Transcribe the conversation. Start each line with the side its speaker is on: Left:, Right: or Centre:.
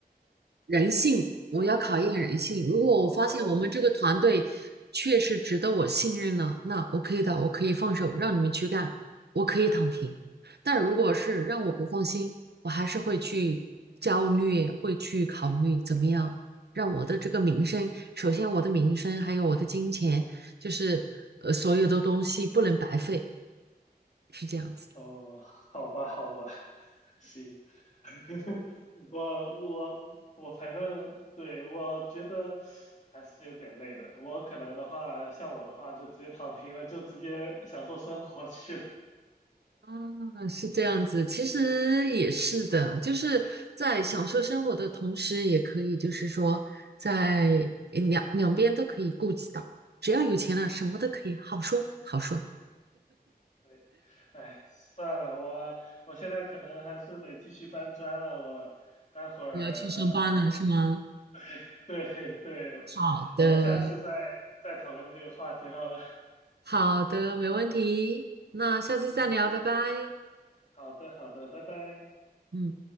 Right: 人性，我要考验人性。如果我发现我们这个团队确实值得我信任了，
Left: 哦，
Right: 那 OK 的，我可以放手让你们去干，我可以躺平。但如果是让我不放心，我还是会去焦虑，会去考虑怎么样让我的这个名声，首先我的名声，还有我的金钱，就是呃所有的东西不能白费，是这样子。
Left: <laughs> 哦，好吧，好吧，<laughs> 行，<laughs> 我我我反正对我觉得还是有点累的。我可能的话，像我的话，就直接躺平了，就直接享受生活去了。
Right: 啊，是这样子，其实也是的，就是在享受生活的同时，也可以就是说在呃两两边都可以顾及到，只要有钱了，
Left: 嗯
Right: 什么都可以好说好说。
Left: <laughs> 对，哎，算了，我我现在可能还是得继续搬砖了。我待会儿呃，
Right: 你要去上班了是吗？
Left: <laughs> 对对，
Right: 好的，
Left: 我们下次再再讨论这个话题好了。
Right: 好的，没问题，那下次再聊，
Left: 嗯，
Right: 拜拜。
Left: 好的好的，拜拜。
Right: 嗯。